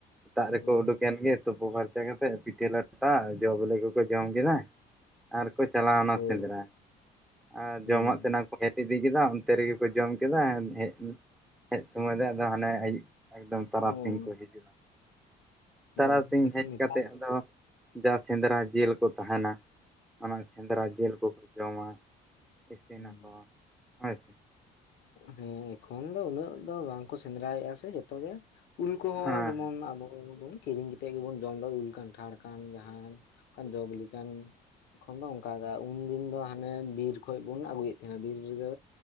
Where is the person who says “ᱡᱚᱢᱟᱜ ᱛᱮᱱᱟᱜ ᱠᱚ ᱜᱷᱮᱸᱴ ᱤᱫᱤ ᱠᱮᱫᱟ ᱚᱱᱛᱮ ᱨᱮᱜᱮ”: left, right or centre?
Centre